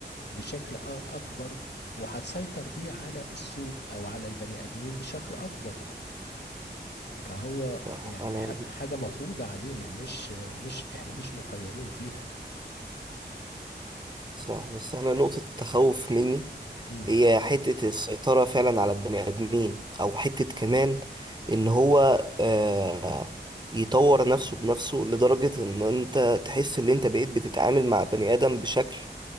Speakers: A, on the left (about 70°); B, on the right (about 25°).
A: بشكل أ- اكبر وهتسيطر بيه على السوق او على البني ادمين بشكل اكبر فهو
B: فانا
A: يعني ح- حاجه مفروضه علينا مش مش احنا مش مخيرين فيها
B: صح بس انا نقطة التخوف مني
A: امم
B: هي حتة السيطرة فعلا على البني ادمين او حتة كمان ان هو آه يطور نفسه بنفسه لدرجة ان انت تحس ان انت بقيت بتتعامل مع بني ادم بشكل